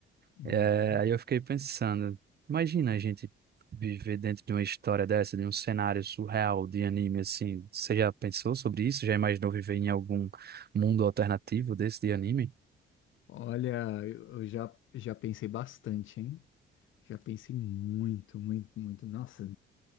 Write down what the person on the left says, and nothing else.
Uhum.
olha, eu eu já, já pensei bastante, hein? Já pensei muito, muito, muito. Nossa,